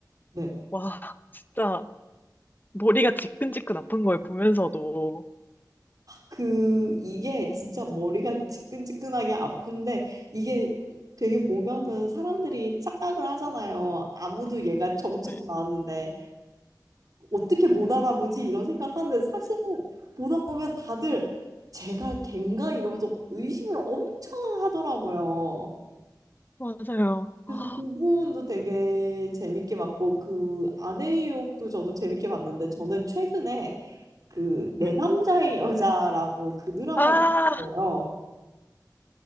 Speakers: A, on the right; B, on the left.
A: 네.
B: 와 진짜 머리가 지끈지끈 아픈 걸 보면서도
A: 그, 이게 진짜 머리가 지끈지끈하게 아픈데, 이게 되게 보면은 사람들이 착각을 하잖아요. 아무도 얘가 점 찍고
B: 네
A: 나왔는데, 어떻게 못 알아보지? 이런 생각하는데, 사실은 보다 보면 다들 제가 걘가? 이러면서 의심을 엄청 하더라고요.
B: 맞아요
A: 그래서
B: 아,
A: 그 부분도 되게 재밌게 봤고 그 아내의 유혹도 저도 재밌게 봤는데 저는 최근에 그 내
B: 네.
A: 남자의 여자라고 그 드라마를
B: 아,
A: 봤어요.